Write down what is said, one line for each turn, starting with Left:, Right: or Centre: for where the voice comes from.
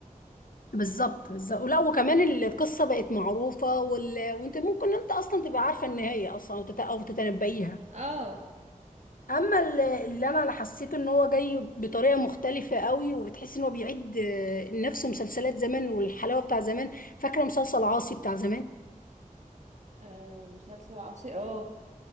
Left: بالظبط بالظبط ولا وكمان القصة بقت معروفة وال... وأنت ممكن أنت أصلا تبقى عارفة النهاية أصلا أو تت- أو تتنبئيها
Right: اه
Left: اما اللي اللي انا حسيته ان هو جاي بطريقه مختلفه قوي وبتحس ان هو بيعيد آه، نفس مسلسلات زمان والحلاوه بتاع زمان فاكره مسلسل عاصي بتاع زمان
Right: آه مسلسل عصي اه